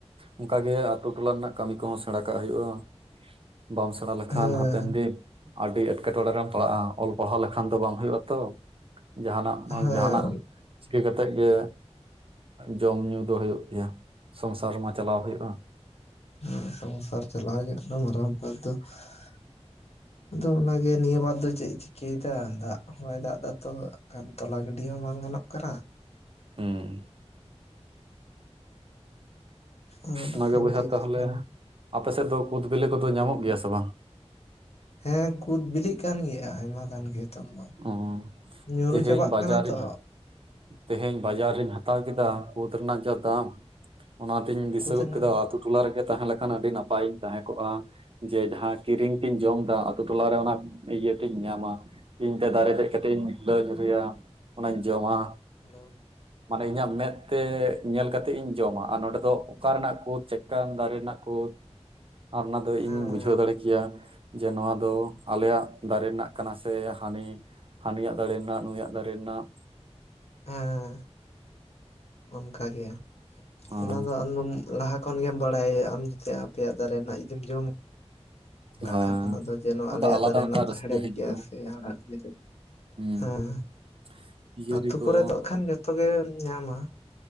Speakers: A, on the right; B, on the left.
A: ᱚᱱᱠᱟ ᱜᱮ, ᱟᱛᱳ ᱴᱚᱞᱟ ᱨᱮᱱᱟᱜ, ᱠᱟᱹᱢᱤ ᱠᱚᱦᱚᱸ, ᱥᱮᱬᱟ ᱠᱟᱜ ᱦᱩᱭᱩᱜᱼᱟ ᱾ ᱵᱟᱢ ᱥᱮᱬᱟ ᱞᱮᱠᱷᱟᱱ,
B: ᱦᱮᱸ
A: ᱦᱟᱯᱮᱱ ᱫᱤᱱ ᱟᱹᱰᱤ, ᱮᱸᱴᱠᱮᱴᱚᱬᱮ ᱨᱮᱢ ᱯᱟᱲᱟᱜᱼᱟ, ᱚᱞ ᱯᱟᱲᱦᱟᱣ ᱞᱮᱠᱷᱟᱱ ᱫᱚ, ᱵᱟᱝ ᱦᱩᱭᱩᱜᱼᱟ ᱛᱚ, ᱡᱟᱦᱟᱸᱱᱟᱜ
B: ᱦᱮᱸ
A: ᱵᱟᱝ ᱡᱟᱦᱟᱸᱱᱟᱜ ᱪᱤᱠᱟᱹ ᱠᱟᱛᱮᱫ ᱜᱮ ᱡᱚᱢ ᱧᱩ ᱫᱚ ᱦᱩᱭᱩᱜ ᱜᱮᱭᱟ ᱥᱚᱝᱥᱟᱨ ᱢᱟ ᱪᱟᱞᱟᱣ ᱦᱩᱭᱩᱜᱼᱟ?
B: ᱦᱮ ᱥᱚᱝᱥᱟᱨ ᱪᱟᱞᱟᱣ ᱜᱮ ᱦᱟᱸᱜ ᱫᱚ ᱢᱟᱨᱟᱝ ᱵᱮᱯᱟᱨ ᱫᱚ ᱾ ᱟᱫᱚ ᱚᱱᱟᱜᱮ ᱱᱤᱭᱟᱹ ᱵᱟᱨ ᱫᱚ ᱪᱮᱫ ᱪᱤᱠᱟᱹᱭᱮᱫᱟ, ᱫᱟᱜ ᱦᱚ ᱵᱟᱭ ᱫᱟᱜ ᱫᱟ ᱛᱚ ᱾ ᱠᱷᱟᱱ ᱛᱚᱞᱟ ᱜᱤᱰᱤ ᱦᱚᱸ ᱵᱟᱝ ᱜᱟᱱᱚᱜ ᱠᱟᱱᱟ ᱾
A: ᱦᱮᱸ ᱾
B: ᱟᱨ
A: ᱚᱱᱟᱜᱮ
B: ᱠᱷᱟᱱ
A: ᱵᱚᱭᱦᱟ
B: ᱛᱤᱥ
A: ᱛᱟᱦᱚᱞᱮ,
B: ᱠᱷᱟᱱ
A: ᱟᱯᱮ ᱥᱮᱫ ᱫᱚ ᱠᱩᱫ ᱵᱮᱞᱮ ᱠᱚᱫᱚ ᱧᱟᱢᱚᱜ ᱜᱮᱭᱟ ᱥᱮ ᱵᱟᱝ?
B: ᱦᱮᱸ ᱠᱩᱫ ᱵᱤᱞᱤᱜ ᱠᱟᱱ ᱜᱮᱭᱟ ᱟᱭᱢᱟ ᱠᱟᱱ ᱜᱮ ᱦᱤᱛᱚᱝ ᱫᱚ,
A: ᱚ
B: ᱧᱩᱨᱩ
A: ᱛᱮᱦᱮᱧ
B: ᱪᱟᱵᱟᱜ
A: ᱵᱟᱡᱟᱨᱤᱧ
B: ᱠᱟᱱᱟ ᱛᱚ ᱾
A: ᱛᱮᱦᱮᱧ ᱵᱟᱡᱟᱨ ᱨᱤᱧ ᱦᱟᱛᱟᱣ ᱠᱮᱫᱟ ᱠᱩᱫᱽ ᱨᱮᱱᱟᱜ ᱡᱟ ᱫᱟᱢ ᱾ ᱚᱱᱟᱛᱤᱧ ᱫᱤᱥᱟᱹ
B: ᱠᱩᱫ
A: ᱜᱚᱫ
B: ᱨᱮᱱᱟᱜ
A: ᱠᱮᱫᱟ
B: ᱫᱚ᱾
A: ᱟᱛᱳ ᱴᱚᱞᱟ ᱨᱮᱜᱮ ᱛᱟᱦᱮᱸ ᱞᱮᱠᱷᱟᱱ ᱟᱹᱰᱤ ᱱᱟᱯᱟᱭᱤᱧ ᱛᱟᱦᱮᱸ ᱠᱚᱜᱼᱟ ᱾ ᱡᱮ ᱡᱟᱦᱟᱸ ᱠᱤᱨᱤᱧ ᱛᱤᱧ ᱡᱚᱢ ᱫᱟ ᱟᱛᱳ ᱴᱚᱞᱟᱨᱮ ᱚᱱᱟ ᱤᱭᱟᱹᱛᱤᱧ ᱧᱟᱢᱟ ᱾ ᱤᱧ
B: ᱦᱮᱸ
A: ᱛᱮ ᱫᱟᱨᱮ ᱫᱮᱡ ᱠᱟᱛᱮᱜ ᱤᱧ ᱦᱤᱞᱟᱹᱣ ᱧᱩᱨᱩᱭᱟ, ᱚᱱᱟᱧ ᱡᱚᱢᱟ ᱾
B: ᱦᱮᱞᱳ!
A: ᱢᱟᱱᱮ ᱤᱧᱟᱹᱜ ᱢᱮᱫ ᱛᱮ ᱧᱮᱞ ᱠᱟᱛᱮᱜ ᱤᱧ ᱡᱚᱢᱟ, ᱟᱨ ᱱᱚᱰᱮ ᱫᱚ ᱚᱠᱟ ᱨᱮᱱᱟᱜ ᱠᱳᱫ ᱪᱮᱫᱠᱟᱱ ᱫᱟᱨᱮ ᱨᱮᱱᱟᱜ ᱠᱳᱫ?
B: <unintelligible>
A: ᱟᱨ ᱚᱱᱟ ᱫᱚ
B: ᱦᱮᱸ
A: ᱤᱧ ᱵᱩᱡᱷᱟᱹᱣ ᱫᱟᱲᱮ ᱠᱮᱭᱟ, ᱡᱮ ᱱᱚᱣᱟ ᱫᱚ ᱟᱞᱮᱭᱟᱜ ᱫᱟᱨᱮ ᱨᱮᱱᱟᱜ ᱠᱟᱱᱟ ᱥᱮ ᱦᱟᱹᱱᱤ ᱦᱟᱹᱱᱤᱭᱟᱜ ᱫᱟᱲᱮ ᱱᱟᱜ ᱱᱩᱭᱟᱜ ᱫᱟᱨᱮ ᱨᱮᱱᱟᱜ ᱾
B: ᱦᱮᱸ ᱾ ᱚᱱᱠᱟ ᱜᱮ,
A: ᱦᱮᱸ
B: ᱚᱱᱟ ᱫᱚ ᱟᱫᱚᱢ ᱞᱟᱦᱟ ᱠᱷᱚᱱ ᱜᱮᱢ ᱵᱟᱲᱟᱭᱟ, ᱟᱢ ᱡᱟᱛᱮ ᱟᱯᱭᱟᱜ ᱫᱟᱨᱮ ᱨᱮᱱᱟᱜ ᱡᱩᱫᱤᱢ ᱡᱚᱢᱟ ᱠᱟᱜ
A: ᱦᱮᱸ
B: ᱠᱷᱟᱱ ᱟᱫᱚ ᱡᱮ ᱱᱳᱭᱟ
A: ᱟᱫᱚ
B: ᱟᱞᱮᱭᱟᱜ
A: ᱟᱞᱟᱫᱟ
B: ᱫᱟᱨᱮ
A: ᱢᱤᱫᱴᱟᱝ
B: ᱨᱮᱱᱟᱜ ᱫᱚ
A: ᱨᱟᱹᱥᱠᱟᱹ
B: ᱦᱮᱲᱮᱢ
A: ᱦᱤᱡᱩᱜᱼᱟ
B: ᱜᱮᱭᱟ ᱥᱮ ᱦᱟᱲᱦᱟᱫ ᱜᱮᱭᱟ ᱥᱮ ᱾
A: ᱦᱩᱸ
B: ᱦᱮᱸ ᱾
A: <inaudible>
B: ᱟᱛᱩ
A: ᱠᱚ
B: ᱠᱚᱨᱮ ᱫᱚ ᱦᱟᱜ ᱠᱷᱟᱱ ᱡᱚᱛᱚ ᱜᱮᱢ ᱧᱟᱢᱟ,